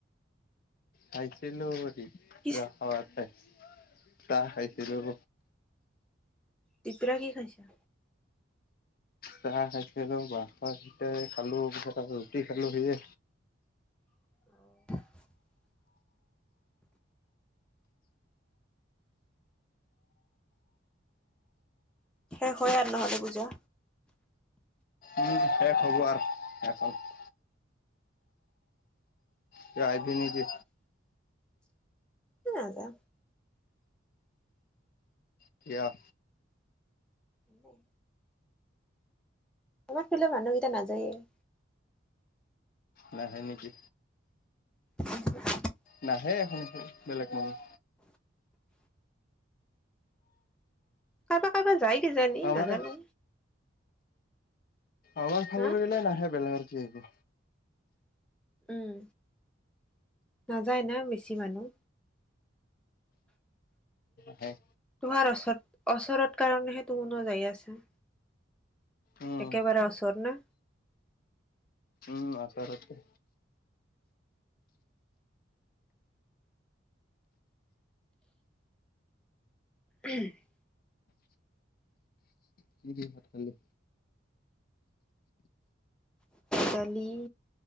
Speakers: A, on the left; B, in the centre.
A: খাইছিলো দিপৰা
B: কি
A: খাৱা খাইছ চাহ খাইছিলো।
B: দিপৰীয়া কি খাইছা?
A: চাহ খাইছিলো <unintelligible> খালোঁ পিছত আকৌ ৰুটি খালোঁ সেয়ে।
B: অ', শেষ হয় আৰ নহ'লে পূজা?
A: অ, শেষ হ'ব আৰ, তাৰপিছত তই আহিবি নে কি?
B: উম নাযাও।
A: কিয়?
B: এনেই। আমাৰ ফালে মানুহকেইটা নাযায়ে।
A: নাহে নেকি?
B: <unintelligible>
A: নাহে এখনত থাকি বেলেগ মানু্হ।
B: কাৰবাৰ কাৰবাৰ যায় কিজানি
A: আমাৰে
B: নাজানো।
A: আমাৰ ফালৰ
B: হা
A: গিলাই নাহে বেলেগৰ কি আহিব?
B: উম, নাযায় না বেছি মানুহ?
A: হয়।
B: তোহাৰ অচৰত অচৰত কাৰণেহে তুহোনো যায় আছা।
A: উম,
B: একেবাৰে ওচৰত ন?
A: উম, ওচৰতে।
B: <inaudible>
A: কি দি ভাত খালি?
B: দালি